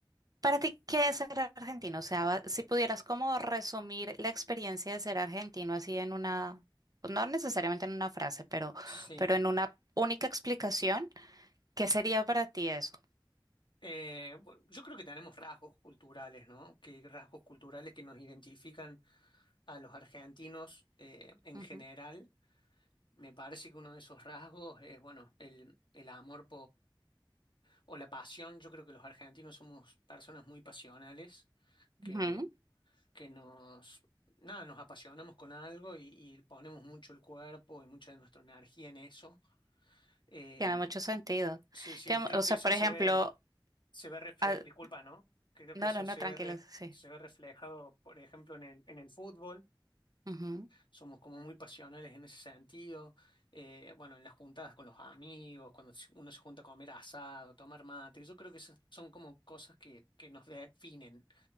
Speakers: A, on the right (about 45°); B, on the left (about 70°).
A: para ti, ¿qué es ser argentino? O sea, va- si pudieras como resumir la experiencia de ser argentino así en una, no necesariamente en una frase, pero,
B: Sí.
A: pero en una única explicación, ¿qué sería para ti eso?
B: Eh, bu- yo creo que tenemos rasgos culturales, ¿no? Que rasgos culturales que nos identifican a los argentinos eh, en
A: Ujú.
B: general. Me parece que uno de esos rasgos es, bueno, el, el amor o la pasión, yo creo que los argentinos somos personas muy pasionales, que,
A: Ujú.
B: que nos, nada, nos apasionamos con algo y, y ponemos mucho el cuerpo y mucha de nuestra energía en eso. Eh,
A: Tiene mucho sentido.
B: sí, sí,
A: Tiene-
B: creo
A: o sea,
B: que eso
A: por
B: se
A: ejemplo,
B: ve, se ve refle-
A: ah,
B: disculpa, ¿no? Creo
A: no,
B: que eso
A: no, no,
B: se
A: tranquilo,
B: ve, re-
A: sí.
B: se ve reflejado, por ejemplo, en el, en el fútbol.
A: Ujú,
B: Somos como muy pasionales en ese sentido. Eh, bueno, en las juntadas con los amigos, cuando se- uno se junta a comer asado, tomar mate, yo creo que esas son como cosas que, que nos definen.